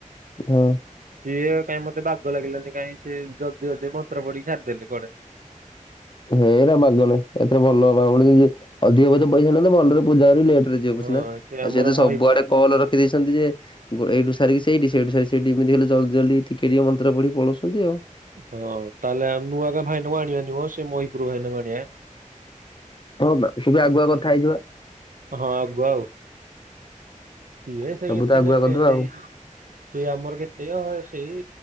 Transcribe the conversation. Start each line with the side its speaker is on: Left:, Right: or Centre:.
Left: ହଁ
Right: ସିଏ କାହିଁ ମତେ ବା ଲାଗିଲାନି କାଇହିଁ ସିଏ ଜଲଦି ଜଲଦି ମନ୍ତ୍ର ପଡିକି ଛାରିଦେଲେ କୁଆଡ଼େ
Left: ହେଇ ବାଗ ନାଇ ଏତେ ଭଲ ହବ ଆ ଅଧିକ ଅଧ ପଇସା ନ ତ ଭଲରେ ପୂଜା ଲେଟ ଯିବ
Right: ହଁ
Left: ସନା
Right: ସେ
Left: ଆଉ
Right: ଆମର
Left: ସେତ ସବୁଆଡେ
Right: ମହି
Left: କଲ ରଖି ଦେଇେଇଛନ୍ତି ଯେ ଗ ଏଇଠୁ ସାରିକି ସେଠ ସେଇଠୁ ସାରି ସେଠ ଏମିତି ହେଲେ ଜଲଦି ଜଲଦି ଟିକେ ଟିକେ ମନ୍ତ୍ର ପଢି ପଳଉଛନ୍ତି ଆଉ
Right: ହଁ ତାହେଲେ ନୂଆ କ ଭାଇନାଙ୍କୁ ଆଣିବା ନିବ ସେ ମହିପୁର ଭାଇନାଙ୍କୁ ଆଣିବା
Left: ହଁ ତେବେ ଆଗୁଆ କଥା ହେଇଯିବା
Right: ହଁ ଆଗୁଆ ଆଉ
Left: <unintelligible>
Right: ସିଏ ସେଇ
Left: ସବୁ
Right: ଏତେ
Left: ତ ଆଗୁଆ
Right: ନେପେ
Left: କରିଦବା
Right: ସେଇ
Left: ଆଉ
Right: ସିଏ ଆମର କେତେ ଅହ ସେଇ